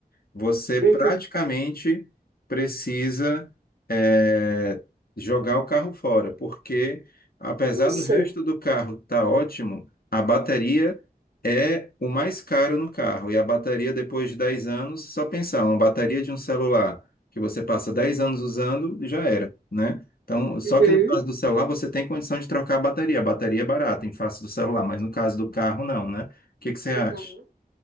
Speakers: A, on the left (about 65°); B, on the right (about 80°).
A: você praticamente
B: Uhum.
A: precisa é, jogar o carro fora, porque apesar
B: Nossa.
A: do resto do carro estar ótimo, a bateria é o mais caro no carro. E a bateria, depois de 10 anos, só pensar, uma bateria de um celular que você passa dez anos usando, já era, né? Então, só
B: Uhum.
A: que no caso do celular, você tem condição de trocar a bateria. A bateria é barata em face do celular, mas no caso do carro, não, né? O que que você
B: Uhum.
A: acha?